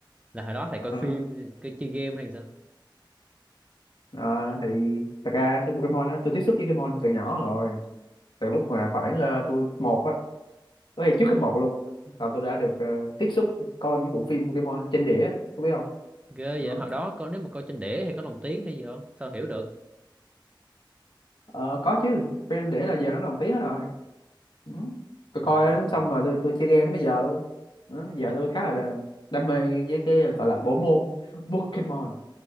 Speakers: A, on the right; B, on the left.
A: Là hồi đó thầy
B: Ờ,
A: coi phim, coi chơi game hay sao?
B: ờ, thì thật ra cái Pokemon đó tôi tiếp xúc với Pokemon từ nhỏ rồi từ lúc mà khoảng ờ, tôi cấp một á có thể trước cấp một luôn là tôi đã được ờ, tiếp xúc coi những bộ phim Pokemon trên đĩa có biết không
A: ghê
B: đó
A: vậy hồi đó coi nếu mà coi trên đĩa thì có lồng tiếng hay gì không sao hiểu được
B: Ờ, có chứ phim đĩa là giờ nó lồng tiếng hết rồi Ừ. Tôi
A: wow
B: coi đó xong rồi tôi tôi chơi game đến bây giờ luôn đó, giờ tôi khá là đam đam mê với cái gọi là bộ môn Pokemon